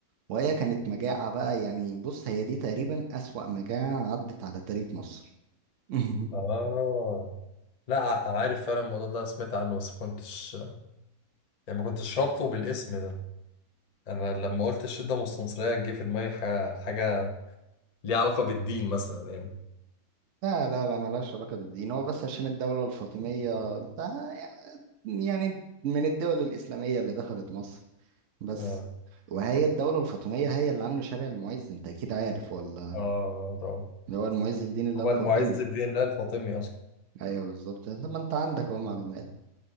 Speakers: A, on the right (about 65°); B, on the left (about 55°).
A: وهي كانت مجاعة بقى يعني بص هي دي تقريبا أسوأ مجاعة عدت على تاريخ مصر <laughs>
B: آه لا ع- عارف فعلا الموضوع ده سمعت عنه بس ما كنتش يعني ما كنتش رابطه بالاسم ده انا لما قلت الشدة مستنصرية جه في دماغي ح- حاجة ليها علاقة بالدين مثلا يعني
A: لا لا لا ملهاش علاقة بالدين هو بس عشان الدولة الفاطمية انت يعني من الدول الإسلامية اللي دخلت مصر بس
B: اه
A: وهي الدولة الفاطمية هي اللي عاملة شارع المعز انت أكيد عارف ولا
B: اه طبعا
A: اللي هو المعز الدين اللي
B: هو
A: هو الفاطمي
B: المعز بدين الله الفاطمي اصلا
A: أيوه بالظبط انت ما انت عندك اهو معلومات